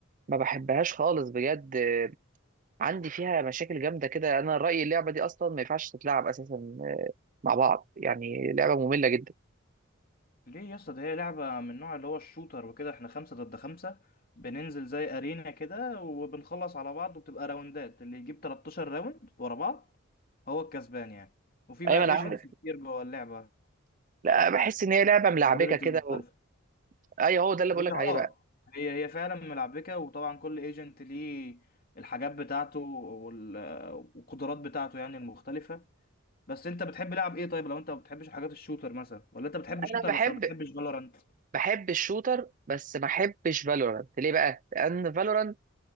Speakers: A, on the right; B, on the left.
A: ما بحبهاش خالص بجد آه، عندي فيها مشاكل جامده كده انا رايي اللعبه دي اصلا ما ينفعش تتلعب اساسا آه، مع بعض يعني لعبه ممله جدا
B: ليه يا اسطى دي هي لعبه من النوع اللي هو الشوتر وكده احنا خمسه ضد خمسه بننزل زي ارينا كده وبنخلص على بعض وبتبقى راوندات اللي يجيب 13 راوند ورا بعض هو الكسبان يعني وفي بقى
A: ايوه انا
B: ايجنتس
A: عارف
B: كتير جوه اللعبه
A: لا بحس ان هي لعبه ملعبكه
B: بابيلتيز
A: كده
B: مختلفه
A: و... ايوه هو ده اللي بقول
B: هي
A: لك عليه
B: اه
A: بقى
B: هي هي فعلا ملعبكه وطبعا كل ايجنت ليه الحاجات بتاعته وال- والقدرات بتاعته يعني المختلفه بس انت بتحب لعب ايه طيب لو انت ما بتحبش الحاجات الشوتر مثلا ولا انت بتحب الشوتر
A: انا بحب
B: بس ما بتحبش فالورانت
A: بحب الشوتر بس ما بحبش فالورانت ليه بقى؟ لان فالورانت